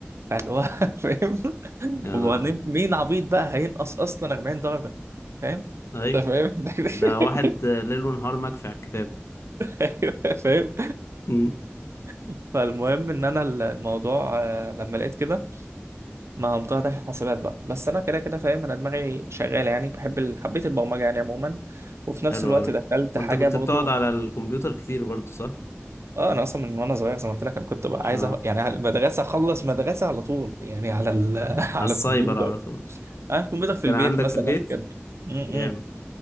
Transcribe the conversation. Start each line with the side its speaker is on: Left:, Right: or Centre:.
Right: فاللي هو <laughs> فاهم
Left: يا
Right: وبعدين
Left: لهوي
Right: مين عبيط بقى هينقص اصلا 40 درجه فاهم
Left: ايوه
Right: انت فاهم <laughs>
Left: ده واحد ليل ونهار مكفي على الكتاب
Right: ايوه فاهم
Left: امم
Right: <laughs> فالمهم ان انا ال- الموضوع آه، لما لقيت كده ما قمت داخل حاسبات بقى بس انا كده كده فاهم انا دماغي شغاله يعني بحب ال... حبيت البرمجه يعني عموما وفي نفس
Left: حلو
Right: الوقت
Left: قوي
Right: دخلت
Left: وانت
Right: حاجه
Left: كنت
Right: برضو
Left: بتقعد على الكمبيوتر كتير برضو صح
Right: اه انا اصلا من وانا صغير زي ما قلت لك انا كنت بقى عايز
Left: اه
Right: أ... يعني على المدرسه اخلص مدرسه على طول يعني على ال... <laughs> على
Left: على السايبر
Right: الكمبيوتر
Left: على طول
Right: انا الكمبيوتر في
Left: كان
Right: البيت
Left: عندك
Right: مثلا
Left: في البيت
Right: كده م-
Left: جامد
Right: م.